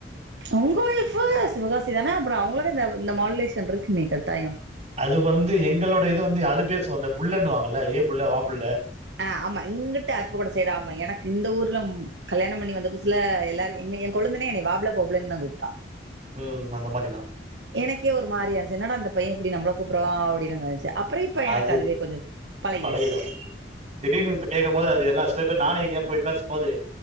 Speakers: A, on the right; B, on the right.
A: உங்க உய்ஃபு சிவகாசி தானே அப்றோ அவ்ங்களுக்கு தேவ் இந்த மால்லேஷன் ருக்குமே கட்டாயோ
B: அது வந்து எங்களோட இது வந்து அது பேசு இந்த புல்லன் வாங்கல்ல ஏ புல்ல வா புல்ல
A: ஆ ஆமா இங்கிட்ட அருப்புக்கோட்ட சைட் ஆமா எனக்கு இந்த ஊர்ல கல்யாணம் பண்ணி வந்த புதுசுல என் கொழுந்தனே என்னை வா புள்ள போ புள்ளந்தா கூப்ட்டான்
B: ம் அந்த மாரி தா
A: எனக்கே ஒரு மாரியா இருச்சு என்னடா அந்த பையே இப்டி நம்ள கூப்புட்றா அப்டினு மாருந்ச்சு அப்ரோ இப்ப எனக்கு
B: அது
A: அதுவே கொஞ்சோ பழகிருச்சு
B: பழகிடும். திடீர்னு ஒர்த்த கேட்கம்போது எல்லா சில பேர் நானு எங்கயா போய் பேசும்போது